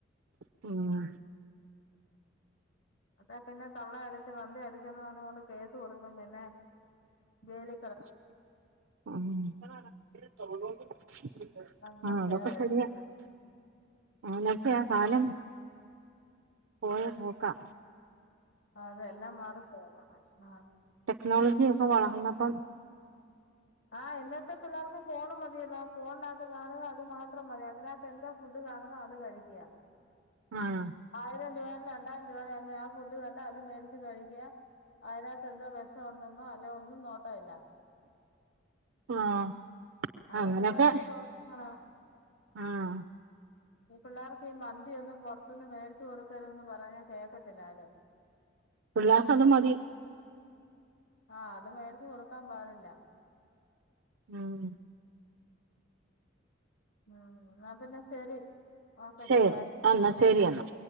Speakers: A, on the right; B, on the left.
A: ഉം
B: അതാ പിന്നെ തള്ളയടച്ച് തന്ത അടിച്ചെന്ന് പറഞ്ഞ് കൊണ്ട് കേസ് കൊടുക്കും പിന്നെ ജയില്
A: ആഹ് ആഹ്, അതൊക്കെശരിയ
B: അങ്ങനൊക്കെയാ
A: ആന്നൊക്കെയാ
B: ഉം
A: കാലം പോയ പോക്കാ
B: ആഹ് അതെ എല്ലാം മാറി പോകും ആഹ്
A: ടെക്നോളജി ഒക്കെ വളർന്നപ്പം
B: ആഹ് ഇന്നത്തെ പിള്ളേർക്ക് ഫോണ് മതിയല്ലോ ഫോണിനകത്ത് കാണുക അത് മാത്രം മതി അതിനകത്ത് എന്തോ ഫുഡ് കാണുന്നാ അത് കഴിക്കാ
A: ആഹ്
B: ആയിരം രൂപയയാലും രണ്ടായിരം രൂപയായാലും ആ ഫുഡ് കണ്ട അത് മേടിച്ച് കഴിക്കുക അതിനകത്ത് എന്തോ വെഷണ്ടെന്നോ അല്ല ഒന്നും നോട്ടോല്ല
A: ആഹ്
B: അതൊക്കെ
A: അങ്ങനൊക്കെ
B: തന്നെ ദോഷമാണ്
A: ആഹ്
B: ഈ പിള്ളാർക്ക് ഈ മന്തിയൊന്നും പുറത്തൂന്ന് മേടിച്ചു കൊടുക്കരുതെന്ന് പറഞ്ഞാ കേക്കത്തില്ലാരും
A: പിള്ളാർക്കതുമതി
B: ആഹ് അത് മേടിച്ച് കൊടുക്കാൻ പാടില്ല
A: ഉം
B: ഉം എന്നാ പിന്നെ ശരി ഓക്കെ
A: ശരി
B: ബൈ
A: എന്ന ശരിയെന്നാ